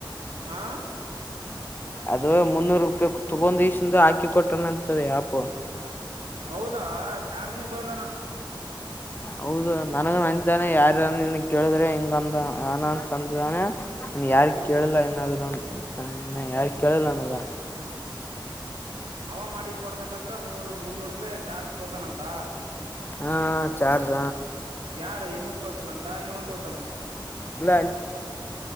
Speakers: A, on the right (about 85°); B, on the left (about 25°).
A: ಆಾ
B: ಅದು ಮುನ್ನೂರು ರೂಪಾಯಿ ತಗೊಂಡ ಈಸಿಂದ ಹಾಕಿ ಕೊಟ್ಟಣಂತದೆ ಅಪು
A: ಹೌದಾ ಚಾರ್ಜಿಂಗ್ ತೊಂದರಂತ
B: ಹೌದಾ ನನಗ ನನಂತಾನೆ ಯಾರ ಕೇಳಿದ್ರೆ ಹಿಂಗಂತ ನನ ತಂದದಾನೆ ನ ಯಾರ
A: ಹ್ಮ್
B: ಕೇಳಿಲ್ಲ ಏನಾದ್ರು ನ ಯಾರ ಕೇಳಿಲ್ಲ ನಾನಗ
A: ಅವ ಮಾಡಿದ್ ಕೊಡ್ಸಕತ್ ನೂರು ಮುನ್ನೂರು ರೂಪಾಯಿ ಚಾರ್ಜ್ ತೋತಾನಂತ
B: ಹಾ ಚಾರ್ಜ
A: ಯಾರು ಇನ್ನು ತೋತಾನಂತ ಇವನ್ ತೋತಾನಂತಾನ
B: ಇಲ್ಲ